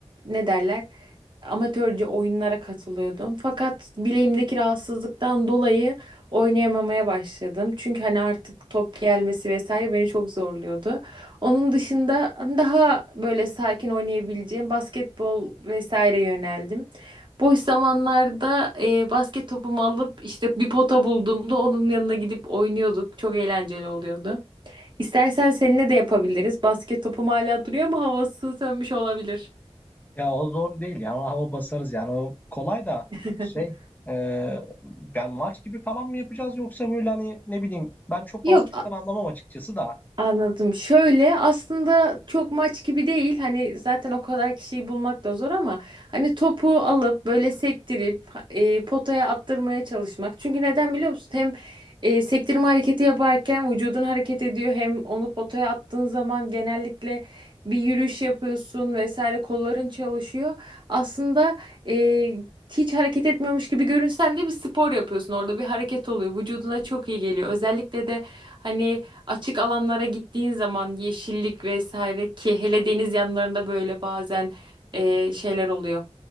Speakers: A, on the right; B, on the left.
A: ne derler amatörce oyunlara katılıyordum. Fakat bileğimdeki rahatsızlıktan dolayı oynayamamaya başladım. Çünkü hani artık top gelmesi vesaire beni çok zorluyordu. Onun dışında daha böyle sakin oynayabileceğim basketbol vesaire yöneldim. Boş zamanlarda e, basket topumu alıp işte bir pota bulduğumda onun yanına gidip oynuyorduk. Çok eğlenceli oluyordu. İstersen seninle de yapabiliriz. Basket topum hala duruyor ama havası sönmüş olabilir.
B: Ya o zor değil yani ona hava basarız yani o kolay da
A: <laughs>
B: şey e, yani maç gibi falan mı yapacağız yoksa böyle hani ne bileyim ben çok
A: Yok
B: basketten anlamam açıkçası da
A: Anladım. Şöyle aslında çok maç gibi değil. Hani zaten o kadar kişiyi bulmak da zor ama hani topu alıp böyle sektirip e, potaya attırmaya çalışmak. Çünkü neden biliyor musun? Hem e, sektirme hareketi yaparken vücudun hareket ediyor hem onu potaya attığın zaman genellikle bir yürüyüş yapıyorsun vesaire kolların çalışıyor. Aslında e, hiç hareket etmiyormuş gibi görünsen de bir spor yapıyorsun. Orada bir hareket oluyor. Vücuduna çok iyi geliyor. Özellikle de hani açık alanlara gittiğin zaman yeşillik vesaire ki hele deniz yanlarında böyle bazen e, şeyler oluyor.